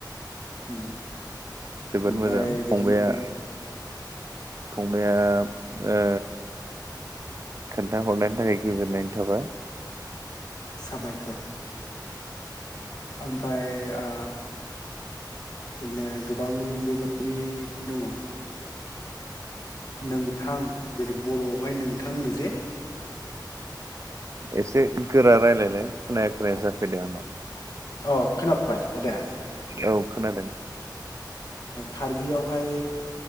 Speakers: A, on the left; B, on the right.
A: उम
B: जोबोद
A: ओमफ्राय
B: मोजां फंबाइआ
A: बिदिनो
B: फंबाया ओ खोन्थाहरनायनि थाखाय गोजोननाय थाबाय।
A: साबायखर। ओमफ्राय आ बिदिनो गोबां बेबायदि दङ ओ नोंथां जेरै बर'आवहाय नोंथां होनो जे
B: एसे गोरा रायलायलाय खोनाया खोनाया जाफैदों आंनाव।
A: अ खोनाबाय आदाया?
B: औ खोनादों।
A: कार्बियावहाय